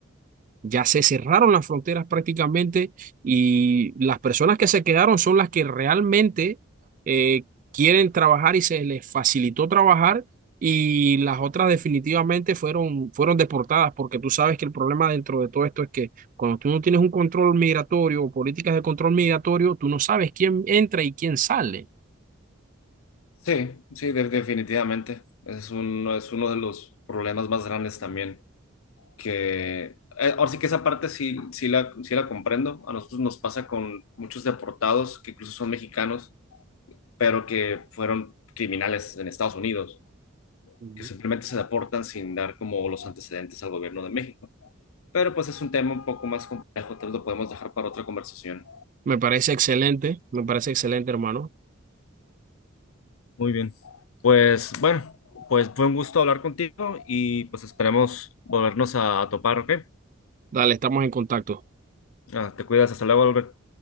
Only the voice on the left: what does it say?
Sí, sí, de- definitivamente. Ese Es uno, es uno de los problemas más grandes también. Que, eh, ahora sí que esa parte sí, sí la, sí la comprendo. A nosotros nos pasa con muchos deportados que incluso son mexicanos, pero que fueron criminales en Estados Unidos,
que simplemente se deportan sin dar como los antecedentes al gobierno de México. Pero pues es un tema un poco más complejo, tal vez lo podemos dejar para otra conversación.
Muy bien. Pues bueno, pues fue un gusto hablar contigo y pues esperemos volvernos a topar, ¿ok?
Ah, te cuidas. Hasta luego, Albert.